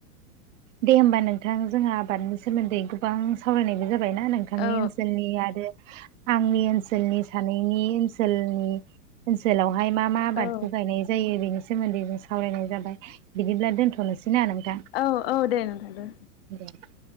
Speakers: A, on the right; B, on the left.
A: दे होमबा नोंथां जोंहा आबादनि सोमोन्दै गोबां सावरायनायबो जाबायना नोंथां नोंथांनि
B: औ
A: ओनसोलनि आरो आंनि ओनसोलनि सानैनि ओनसोलनि ओनसोलावहाय मा मा आबादबो
B: औ
A: गायनाय जायो बेनि सोमोन्दै जों सावरायनाय जाबाय बिदिब्ला दोनथ'नोसै ना नोंथां
B: औ औ दे नोंथां दो
A: <inaudible>